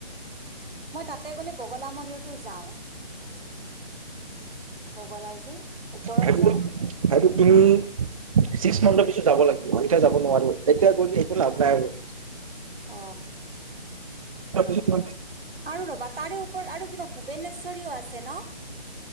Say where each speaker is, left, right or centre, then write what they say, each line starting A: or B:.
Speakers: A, on the right; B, on the right.
A: মই তাতে গলে বগলা মন্দতো যাওঁ বগলা যে ওপৰত
B: সেইটো
A: যা
B: সেইটো তুমি ছিক্স মান্থৰ পিছত যাব লাগিব এতিয়া যাব নোৱাৰো এতিয়া গলে একো লাভ নাই আৰু
A: অ
B: চিক ম
A: আৰু ৰ'বা তাৰে ওপৰত আৰু কিবা ভূৱনেশ্বৰীও আছে ন